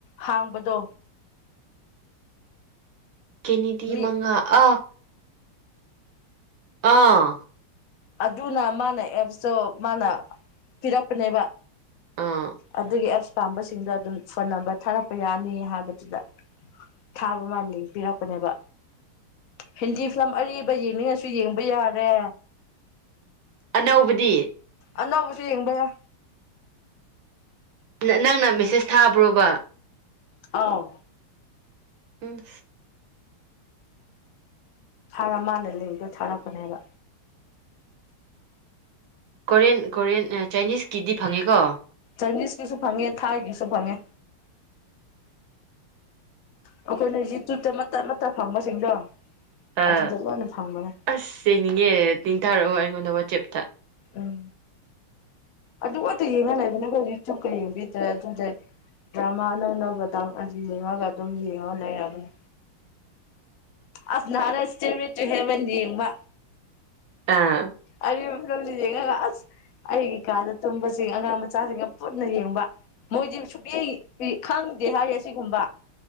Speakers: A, on the left; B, on the right.
A: ꯍꯥꯡꯕꯗꯣ
B: ꯀꯦꯅꯤꯗꯤ
A: ꯃꯤ
B: ꯃꯉꯥ ꯑꯥ ꯑꯥ
A: ꯑꯗꯨꯅ ꯃꯥꯅ ꯑꯦꯞꯇꯣ ꯃꯥꯅ ꯄꯤꯔꯛꯄꯅꯦꯕ
B: ꯑꯥ
A: ꯑꯗꯨꯒꯤ ꯑꯦꯞꯁ ꯄꯥꯝꯕꯁꯤꯡꯗ ꯑꯗꯨꯝ ꯐꯅꯕ ꯊꯥꯔꯛꯄ ꯌꯥꯅꯤ ꯍꯥꯏꯕꯗꯨꯗ ꯊꯥꯕ ꯃꯥꯜꯂꯤ ꯄꯤꯔꯛꯄꯅꯦꯕ ꯍꯤꯟꯗꯤ ꯐꯤꯂꯝ ꯑꯔꯤꯕ ꯌꯦꯡꯅꯤꯡꯉꯁꯨ ꯌꯦꯡꯕ ꯌꯥꯔꯦ
B: ꯑꯅꯧꯕꯗꯤ
A: ꯑꯅꯧꯕꯁꯨ ꯌꯦꯡꯕ ꯌꯥ
B: ꯅꯪꯅ ꯃꯦꯁꯦꯁ ꯊꯥꯕ꯭ꯔꯣꯕ
A: ꯑꯥꯎ
B: ꯎꯝ
A: ꯊꯔ ꯃꯥꯅ ꯂꯩꯕꯗꯣ ꯊꯥꯔꯛꯄꯅꯦꯕ
B: ꯀꯣꯔꯤꯌꯟ ꯀꯣꯔꯤꯌꯟ ꯆꯥꯏꯅꯤꯁꯀꯤꯗꯤ ꯐꯪꯉꯦꯀꯣ
A: ꯆꯥꯏꯅꯤꯁꯀꯤꯁꯨ ꯐꯪꯉꯦ ꯊꯥꯏꯒꯤꯁꯨ ꯐꯪꯉꯦ ꯑꯩꯈꯣꯏꯅ ꯌꯨꯇ꯭ꯌꯨꯕꯇ ꯃꯇꯠ ꯃꯇꯠ ꯐꯪꯕꯁꯤꯡꯗꯣ
B: ꯑꯥ
A: ꯑꯗꯨꯗ ꯂꯣꯏꯅ ꯐꯪꯕꯅꯦ
B: ꯑꯁ ꯌꯦꯡꯅꯤꯡꯉꯦ ꯂꯤꯡ ꯊꯥꯔꯛꯑꯣ ꯑꯩꯉꯣꯟꯗ ꯋꯥꯆꯦꯞꯇ
A: ꯎꯝ ꯑꯗꯨ ꯉꯛꯇ ꯌꯦꯡꯉꯒ ꯂꯩꯕꯅꯦꯀꯣ ꯌꯨꯇ꯭ꯌꯨꯕꯀ ꯌꯦꯡꯕꯤꯗ꯭ꯔꯦ ꯑꯗꯨꯗꯤ ꯗ꯭ꯔꯃꯥ ꯑꯅꯧ ꯑꯅꯧꯕ ꯇꯥꯛ ꯌꯦꯡꯉꯒ ꯑꯗꯨꯝ ꯌꯦꯡꯉꯒ ꯂꯩꯔꯕꯅꯦ ꯑꯁ ꯅꯥꯥꯍꯥꯟ <unintelligible> ꯍꯦꯕꯟ ꯌꯦꯡꯕ
B: ꯑꯥ
A: ꯑꯗꯨ ꯐꯤꯂꯝꯗꯣ ꯌꯦꯡꯉꯒꯥ ꯑꯁ ꯑꯩꯒꯤ ꯀꯥꯗ ꯇꯨꯝꯕꯁꯤꯡ ꯑꯉꯥꯡ ꯃꯆꯥꯁꯤꯡꯒ ꯄꯨꯟꯅ ꯌꯦꯡꯕ ꯃꯣꯏꯗꯤ ꯁꯨꯛꯌꯦꯡ ꯈꯪꯗꯦ ꯍꯥꯏ ꯑꯁꯤꯒꯨꯝꯕ